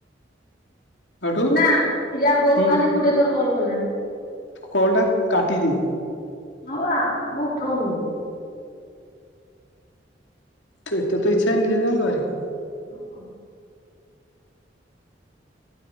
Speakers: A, on the left; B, on the left.
A: ହଠୁ
B: ନା ୟା ବୋଉ
A: ହୁଁ
B: ଖାଲି କୁଡିଏ ଥର କଲ୍ କଲାଣି।
A: କଲ୍ ଟା କାଟିଦେ।
B: ହଁ ବା ମୁଁ ଉଠଉନି।
A: ତୋ ଏତେ ତ ଇଚ୍ଛା ନିିଜେ ଯାଆନ୍ତୁ ଭାରି।
B: ମୋ କଣ।